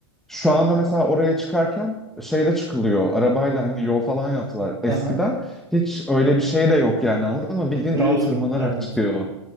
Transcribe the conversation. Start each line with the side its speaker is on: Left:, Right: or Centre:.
Centre: şu anda mesela oraya çıkarken şeyle çıkılıyor arabayla hani yol falan yaptılar. Eskiden
Right: Aha,
Centre: hiç öyle bir şey de yok yani anladın mı? Bildiğin
Right: Yürüyorsun.
Centre: dağa tırmanarak
Right: Evet.
Centre: çıkıyor